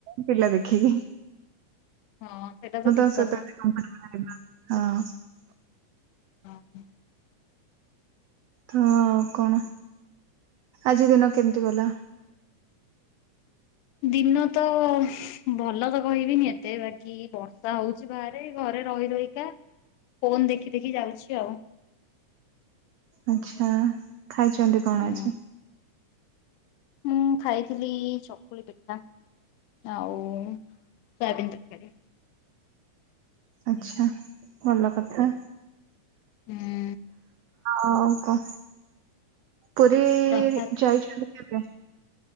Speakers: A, on the right; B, on the left.
A: ପିଲା ଦେଖିକି।
B: ହଁ ସେଇଟା ତ ଠିକ
A: <unintelligible>
B: କଥା। <inaudible>
A: ତ ଆଉ କଣ? ଆଜି ଦିନ କେମିତି ଗଲା?
B: ଦିନ ତ ଭଲ ତ କହିବିନି ଏତେ ବାକି ବର୍ଷା ହଉଛି ବାହାରେ ଘରେ ରହି ରହିକା, ଫୋନ ଦେଖି ଦେଖି ଯାଉଛି ଆଉ।
A: ଆଚ୍ଛା, ଖାଇଛନ୍ତି କଣ
B: ହୁଁ
A: ଆଜି?
B: ମୁଁ ଖାଇଥିଲି ଚକୁଳି ପିଠା। ଆଉ ସୋୟାବିନ ତରକାରୀ।
A: ଆଚ୍ଛା ଭଲ କଥା।
B: ହୁଁ
A: ଆଉ ପୁରୀ
B: ରଥଯାତ୍ରା
A: ଯାଇଛନ୍ତି କେବେ?